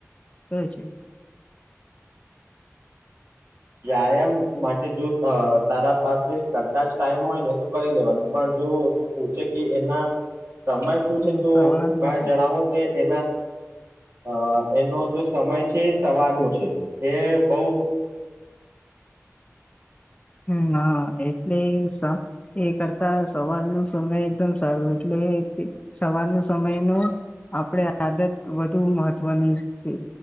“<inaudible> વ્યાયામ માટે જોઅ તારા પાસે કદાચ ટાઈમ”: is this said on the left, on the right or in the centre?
Right